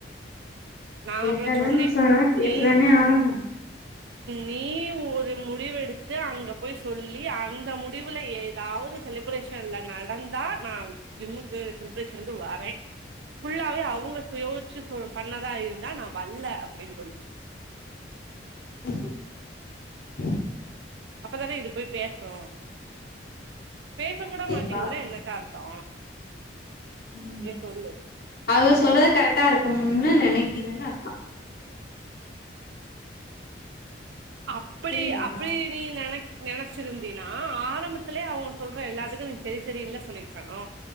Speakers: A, on the right (about 70°); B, on the left (about 50°).
A: நா அப்புறோ
B: கேட்டாதான
A: சொன்னே
B: சொன்னா கேட்டுதானே
A: நீ
B: ஆகணு
A: நீ ஒரு முடிவு எடுத்து அங்க போயி சொல்லி அந்த முடிவுல ஏதாவது செலிப்ரேஷன்ல நடந்தா நா ஜிம்முக்கு செலிப்ரேஷனுக்கு வரே ஃபுல்லாவே அவுங்க சுயோ ச்சு பண்ணதா இருந்தா நா வல்ல அப்டின்னு சொல்ட்டு
B: <unintelligible>
A: அப்பதானே இது போயி பேசு பேச கூட
B: சரி
A: மாட்டேங்குதுனா
B: பாப்போ
A: என்னக்கா அர்த்தோ
B: ம்
A: நீ சொல்லு
B: அது சொல்றது கரெக்டா இருக்கும்னு நெனைக்குதுன்னு அக்கா
A: அப்புடி
B: புரியுதா
A: அப்புடி அப்டி நீ நென நெனச்சிருந்தீனா ஆரம்பத்திலே அவங்க சொல்ற எல்லாத்துக்கு நீ செரி செரினு இல்ல சொல்லிருக்கனு